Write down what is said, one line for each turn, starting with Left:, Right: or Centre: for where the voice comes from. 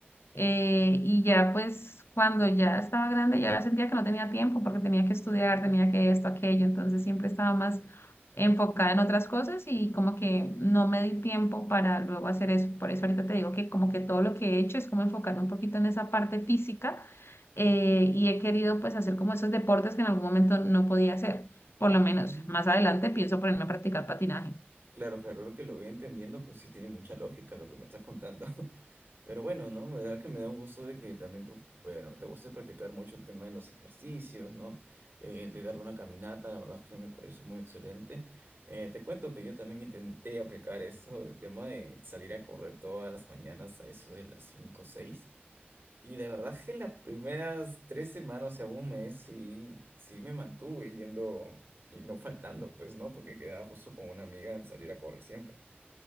Left: Eh, y ya pues cuando ya estaba grande ya sentía que no tenía tiempo porque tenía que estudiar, tenía que esto, aquello, entonces siempre estaba más enfocada en otras cosas y como que no me di tiempo para luego hacer eso. Por eso ahorita te digo que como que todo lo que he hecho es como enfocarme un poquito en esa parte física eh, y he querido pues hacer como esos deportes que en algún momento no podía hacer. Por lo menos
Right: Mm,
Left: más adelante pienso ponerme a practicar patinaje.
Right: Claro, claro, lo que lo voy entendiendo, pues sí tiene mucha lógica lo que me estás contando. <laughs> Pero bueno, ¿no? La verdad que me da un gusto de que también tú, bueno, te guste practicar mucho el tema de los ejercicios, ¿no? Eh, de dar una caminata, la verdad es que me parece muy excelente. Eh, te cuento que yo también intenté aplicar esto, el tema de salir a correr todas las mañanas a eso de las 5, o 6. Y de verdad que las primeras tres semanas, o sea, un mes, sí, sí me mantuve yendo y no faltando, pues, ¿no? Porque quedaba justo con una amiga en salir a correr siempre.